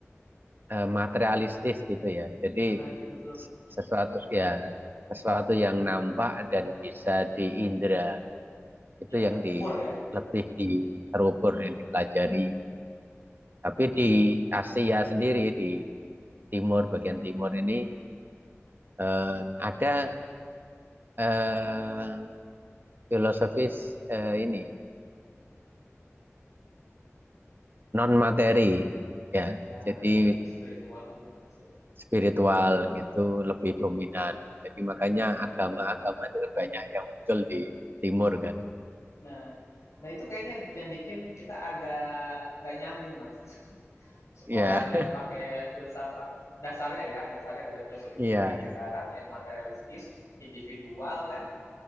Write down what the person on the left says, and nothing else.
Nah, iya betul.
Hmm.
Ya,
terukur
ya.
Ya,
lebih ke spiritual kali ya, Mas ya.
Hmm.
Nah, nah itu kayaknya yang bikin kita agak nggak nyambung, Mas. <laughs> Sekolahnya
pakai filsafat dasarnya ya, dasarnya adalah filosofi pendidikannya
barat yang materialistis, individual kan.